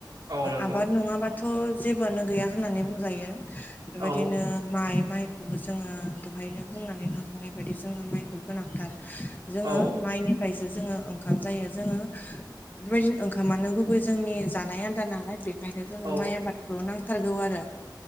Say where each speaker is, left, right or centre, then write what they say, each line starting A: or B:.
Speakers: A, on the right; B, on the left.
A: औ नंगौ
B: आबाद नङाबाथ' जेबोआनो गैया होननानै बुंजायो बेबायदिनो
A: औ
B: माइ माइखौबो जोङो दहायनो बुंनानै थांखांनाय बायदि जोङो माइखौ गोनांथार जोङो
A: औ
B: माइनि फ्रायसो जोङो ओंखाम जायो जोङो बेबायदिनो ओंखामानो गुबै जोंनि जानाय आदार नालाय बेखायनो जोङो
A: औ
B: माइ आबादखौ नांथारगौ आरो